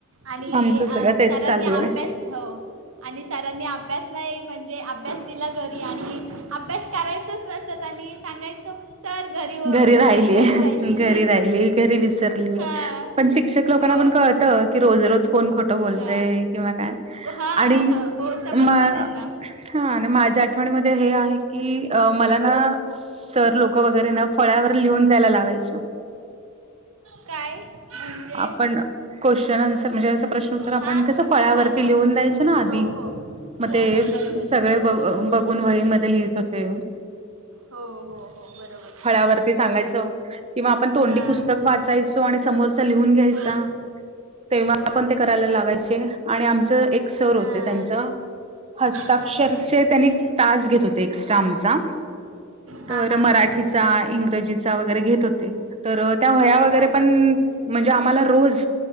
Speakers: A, on the right; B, on the right.
A: आणि
B: आमचं सगळं तेच
A: सरांनी
B: चालू
A: अभ्यास
B: आहे
A: हो. आणि सरांनी अभ्यास नाही म्हणजे अभ्यास दिला घरी आणि अभ्यास. करायचच नसत आणि सांगायचं. सर घरी. व-
B: घरी राहिलीय
A: वही घरी राहिली
B: घरी राहिली घरी विसरलीय.
A: हां
B: पण शिक्षक लोकांना
A: हो
B: पण कळत की रोजरोोज कोण खोट बोलतय
A: हां
B: किंवा काय
A: हां
B: आणि
A: हां हो समजतं
B: म.
A: त्यांना
B: हा आणि माझ्या आठवणीमध्ये हे आहे की मला ना सर लोक वगैरे ना. फळावर लिहून द्यायला लावायच
A: काय म्हणजे
B: आपण. क्वेश्चन आन्सर म्हणजे असं प्रश्न उत्तर आपण
A: हां
B: कसं
A: क-
B: पळ्यावरती
A: हां हां हां
B: लिहून द्यायचो ना आधी.
A: हो हो
B: मग
A: हो
B: ते
A: हो बरोबर
B: सगळे ब बघून वही म लिहित होते.
A: हो हो हो बरोबर.
B: ळवरती सांगायच किं आपण तोंडी
A: हां
B: पुस्तक वाचायचो आणि समो लिहून घ्यायचा
A: हो
B: तेव्हा
A: हो
B: आपण ते करायला लावायचे आणि आमच एक. अ सर
A: हां
B: होते त्यांच. हस्ताक्षरचे
A: हां हां हां
B: त्यांनी तास घेत होते एक्स्ट्रा आमचा.
A: हा
B: तर
A: हा
B: मराठीचा
A: हा
B: इंग्रजीचा वगैरे घेत होते तर त्या वया वगैरे
A: हा
B: पण.
A: हा
B: म्हणजे आम्हाला रोज